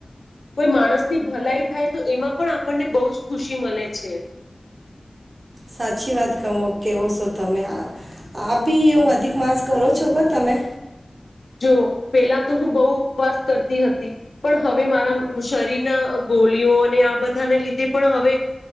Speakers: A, on the left; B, on the right.
A: કોઈ માણસની ભલાઈ થાય તો એમાં પણ આપણને બહુ જ ખુશી મળે છે
B: સાચી વાત ક કેવો છો તમે આપ બી એવ અધિક માસ કરો છો તમે
A: જો પેલા તો હું બહુ ઉપવાસ કરતી હતી પણ હવે મારા શરીરના ગોલીઓ અને આ બધાને લીધે પણ હવે